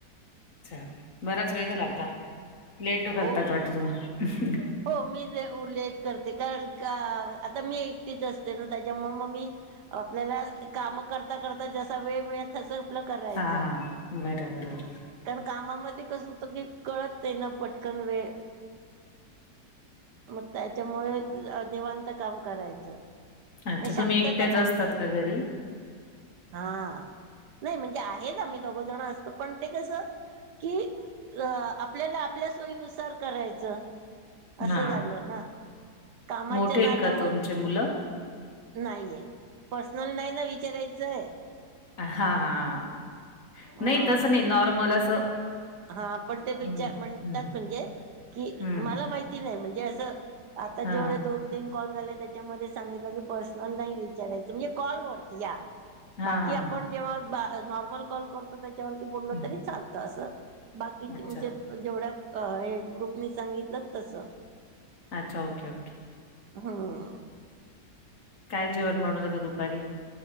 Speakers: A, on the left (about 50°); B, on the right (about 70°).
A: अच्छा बराच वेय झाला आता लेट करतात
B: हो.
A: वाटत तु
B: हो मी लेट करते का का आता मी एकटीच असते ना त्याच्यामुळे मग मी, आपल्याला काम करता करता जसा वेळ मिळ, तस आपलं करायचं.
A: हा हा बरं बरं बरं
B: कारण कामामध्ये कसं होतं की कळत नाई पटकन वेळ. मग त्याच्यामुळे निवांत काम करायचं.
A: अच्छा
B: च शांतता
A: तुम्ही एकट्याच
B: लागते.
A: असतात का घरी?
B: हा नाही म्हणजे आहेच आम्ही दोघं जण आ पण ते कसं की आपल्याला आपल्या सोयीनुसार करायचं. असं
A: हा
B: झालं ना कामाच्या
A: मोठे
B: नादा
A: आहेत का
B: म
A: तुमचे मुलं?
B: नाहीय पर्सनल नाही ना विचारायचंय.
A: हा हा
B: ह
A: नाही तसं नाही नॉर्मल असं,
B: हा ते विचार
A: हम्म
B: म्हणतात
A: हम्म
B: म्हणजे की
A: हम्म
B: मला नाही म्हणजे असं आता
A: हा
B: जेवढे दोन, तीन कॉल झाले त्याच्यामध्ये सांगितलं की पर्सनल नाही विचारायचं म्हणजे कॉल वर या
A: हा हा हा
B: आपण जेव्हा नॉर्मल कॉल करतो त्याच्यावरती
A: हम्म.
B: तरी चालतं अस. बाकीचे
A: अच्छा
B: म्हणजे जेवढ्या ग्रुपनी सांगितलं तस.
A: अच्छा ओके ओके.
B: हम
A: काय जेवण बनवलं होत दुपारी?